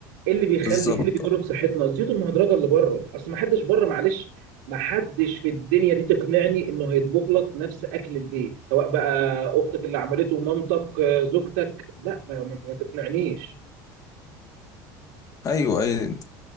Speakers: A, on the right; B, on the left.
A: ايه اللي بيخلي
B: بالظبط
A: ايه اللي بيضر بصحتنا الزيوت المهدرجه اللي بره اصل ما حدش بره معلش ما حدش في الدنيا دي تقنعني انه هيطبخ لك نفس اكل البيت سواء بقى اختك اللي عملته مامتك آه، زوجتك لا ما, ما, ما تقنعنيش
B: ايوه ايوه